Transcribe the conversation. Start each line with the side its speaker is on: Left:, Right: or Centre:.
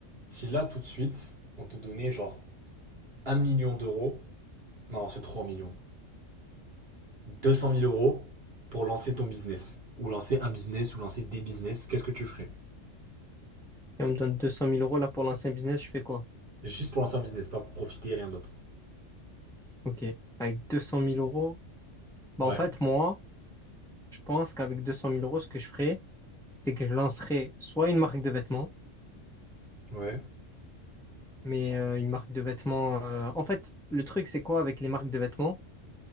Right: Si là, tout de suite, on te donnait genre un million d'euros, non, c'est 3 millions, deux cent mille euros pour lancer ton business, ou lancer un business, ou lancer des business, qu'est-ce que tu ferais?
Centre: Et on me donne deux cent mille euros là pour l'ancien business, je fais quoi?
Right: Juste pour lancer un business, pas pour profiter, rien d'autre.
Centre: Ok. Avec deux cent mille euros, bah
Right: Ouais,
Centre: en fait, moi, je pense qu'avec deux cent mille euros, ce que je ferais, c'est que je lancerais soit une marque de vêtements,
Right: ouais,
Centre: mais euh, une marque de vêtements. euh, En fait, le truc, c'est quoi avec les marques de vêtements?